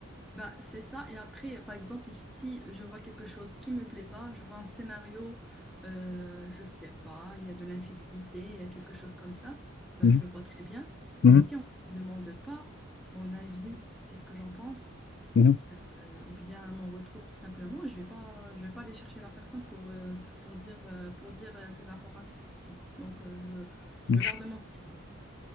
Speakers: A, in the centre; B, on the left.
A: bah, c'est ça. Et après, par exemple, si je vois quelque chose qui me plaît pas, je vois un scénario, euh, je sais pas, il y a de l'infidélité, il y a quelque chose comme ça, bah,
B: Mhm,
A: je le vois très bien.
B: mhm,
A: Mais si on me demande pas mon avis, qu'est-ce que j'en pense?
B: mhm.
A: euh, ou bien à mon retour tout simplement, et je vais pas, je vais pas aller chercher la personne pour, euh, t- pour dire, euh, pour dire euh, ces informations. Donc, euh, je,
B: Je-
A: je garde mon silence.